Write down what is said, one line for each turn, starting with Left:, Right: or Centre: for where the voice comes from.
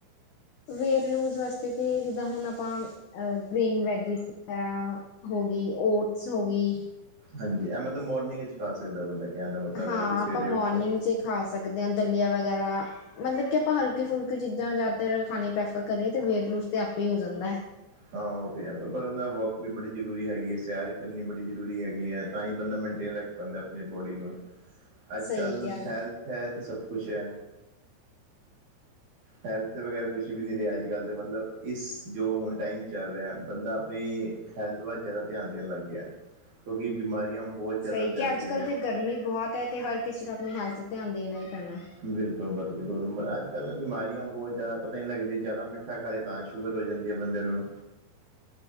Left: ਵੇਤ ਲੂਜ ਵਾਸਤੇ ਤੇ ਜਿੱਦਾਂ ਹੁਣ ਆਪਾਂ ਗ੍ਰੀਨ ਵੈਜਿਸ ਵੈਰਾ ਹੋ ਗੀ, ਓਟਸ ਹੋ ਗੀ
Right: ਹਾਂਜੀ, ਇਹ ਮਤਲਬ ਮੋਰਨਿੰਗ ਇਚ ਖਾ ਸਕਦਾ ਬੰਦਾ, ਕਹਿਣ ਦਾ ਮਤਲਬ
Left: ਹਾਂ,
Right: ਹੈ ਕਿ ਸਵੇਰੇ
Left: ਆਪਾਂ ਮੋਰਨਿੰਗ
Right: ਉੱਠਦੇ
Left: 'ਚ ਖਾ ਸਕਦੇ ਹਾਂ, ਦਲੀਆ ਵਗੈਰਾ ਮਤਲਬ ਕਿ ਆਪਾਂ ਹਲਕੀ-ਫੁਲਕੀ ਚੀਜ਼ਾਂ ਜ਼ਿਆਦਾਤਰ ਖਾਣੀ ਪ੍ਰੈਫਰ ਕਰੀਏ ਤੇ ਵੇਟ ਲੂਜ ਤੇ ਆਪੇ ਹੀ ਹੋ ਜਾਂਦਾ।
Right: ਹਾਂ ਉਹ ਤੇ ਹੈ। ਪਰ ਪਰ ਉਹਨਾਂ ਵੋਕ ਵੀ ਬੜੀ ਜ਼ਰੂਰੀ ਹੈਗੀ ਏ, ਸੈਰ ਕਰਣੀ ਬੜੀ ਜ਼ਰੂਰੀ ਹੈਗੀ ਹੈ ਤਾਂ ਹੀ ਬੰਦਾ ਮੈਨਟੇਨ ਰੱਖ ਪਾਂਦਾ ਅਪਨੀ ਬੋਡੀ ਨੂੰ। ਅੱਜ
Left: ਸਹੀ
Right: ਕੱਲ
Left: ਕਿਹਾ।
Right: ਹੈਲਥ ਹੈ ਤੇ ਸਭ ਕੁਛ ਹੈ। ਹੈਲਥ ਵਗੈਰਾ ਕੁਛ ਵੀ ਨਹੀਂ ਰਿਹਾ। ਅੱਜ ਕੱਲ ਤੇ ਮਤਲਬ ਇਸ ਜੋ ਹੁਣ ਟਾਈਮ ਚੱਲ ਰਿਹਾ। ਬੰਦਾ ਆਪਣੀ ਹੈਲਥ ਵੱਲ ਜ਼ਿਆਦਾ ਧਿਆਨ ਦੇਣ ਲੱਗ ਗਿਆ ਕਿਉਂਕਿ ਬਿਮਾਰੀਆਂ ਬਹੁਤ ਜ਼ਿਆਦਾ
Left: ਸਹੀ
Right: ਫੈਲ
Left: ਕਿ ਅੱਜ
Right: ਰਹੀਆਂ
Left: ਕੱਲ ਤੇ ਗਰਮੀ ਬਹੁਤ ਹੈ ਤੇ ਹਰ ਕਿਸੇ ਨੂੰ ਆਪਣੀ ਹੈਲਥ ਧਿਆਨ ਦੇਣਾ ਹੀ ਪੈਣਾ।
Right: ਬਿਲਕੁਲ- ਬਿਲਕੁਲ ਅੱਜ ਕੱਲ ਬਿਮਾਰੀਆਂ ਬਹੁਤ ਜ਼ਿਆਦਾ ਪਤਾ ਨੀ ਲੱਗਦੀ ਜ਼ਿਆਦਾ ਮਿੱਠਾ ਖਾ ਲਏ ਤਾਂ ਸ਼ੁਗ ਸ਼ੂਗਰ ਹੋ ਜਾਂਦੀ ਏ ਬੰਦੇ ਨੂੰ।